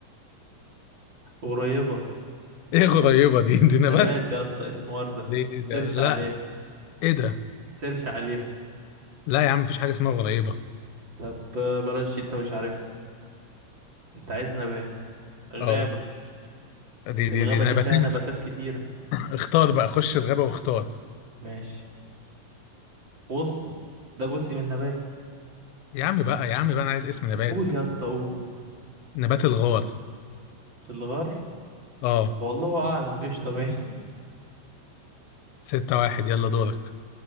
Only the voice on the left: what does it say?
<laughs> ايه غريبة دي دي نبات
دي
ده.
لا ايه ده
لا يا عم مفيش حاجة اسمها غريبة
اه دي
دي دي نباتات
اختار بقى خش الغابة واختار
يا عم بقى يا عم بقى انا عايز اسم نبات
نبات الغار
اه
ستة واحد يلا دورك